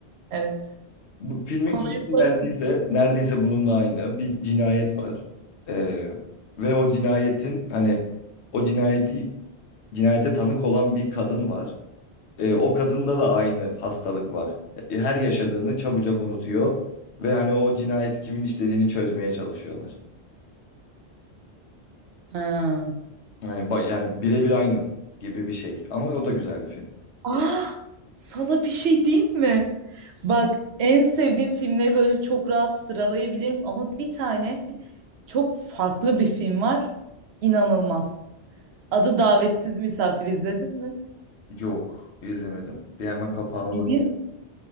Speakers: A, on the right; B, on the left.
A: Evet.
B: Bu filmin
A: Konuyu
B: konusu
A: söyler
B: neredeyse
A: misin?
B: neredeyse bununla aynı. Bir cinayet var. Ee, ve o cinayetin hani o cinayeti cinayete tanık olan bir kadın var. Ee, o kadında da aynı hastalık var. Her yaşadığını çabucak unutuyor ve hani o cinayeti kimin işlediğini çözmeye çalışıyorlar.
A: Ha.
B: Yani ba- yani birebir aynı gibi bir şey. Ama o da güzel bir film.
A: Ah, sana bir şey diyeyim mi? Bak en sevdiğim filmleri böyle çok rahat sıralayabilirim ama bir tane çok farklı bir film var. İnanılmaz. Adı Davetsiz Misafir izledin mi?
B: Yok, izlemedim. Bir hemen kapağına
A: Filmin,
B: bak.